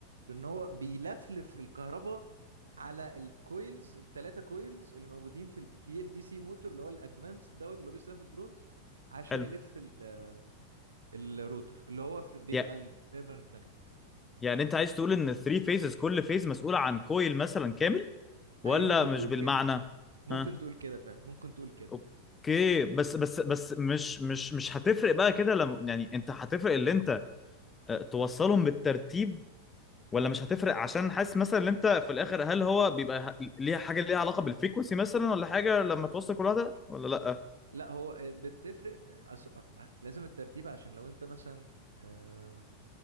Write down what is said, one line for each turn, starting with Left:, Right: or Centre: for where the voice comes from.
Right: بان هو بيلفلف الكهرباء على الكويلز الثلاثه كويلز اللي موجودين في البي ال دي سي موتور اللي هو الادفانس دوت اللي هو بيستخدم في الدرونز عشان
Left: حلو
Right: يلف ال- آه، الروتر اللي هو في بيبقى
Left: يا
Right: البيرمننت ماجنت
Left: يعني انت عايز تقول ان الثري فيزز كل فيز مسؤولة عن كويل مثلا كامل ولا
Right: ايوه ممكن
Left: مش
Right: تقول
Left: بالمعنى
Right: كده ممكن
Left: ها
Right: تقول كده فعلا ممكن تقول كده
Left: اوكي بس بس بس مش مش مش هتفرق بقى كده لما يعني انت هتفرق اللي انت اه، توصلهم بالترتيب ولا مش هتفرق عشان حاسس مثلا ان انت في الاخر هل هو بيبقى ه- ليها حاجة ليها علاقة بالفريكونسي مثلا ولا حاجة لما توصل كل واحدة ولا لا
Right: لا هو آه، بتفرق آه، أس- آه، لازم الترتيب عشان لو انت مثلا آه،